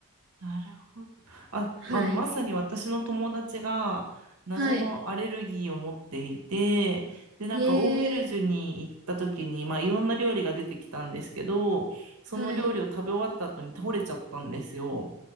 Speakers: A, on the right; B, on the right.
A: あ。なるほど。あ、
B: はい。
A: あの、まさに私の友達が謎のアレルギーを持っていて、
B: はい。
A: で、なんかオーベルジュに行った時に、
B: ええ
A: まあいろんな料理が出てきたんですけど、その料理を食べ終わった後に倒れちゃったんですよ。
B: はい。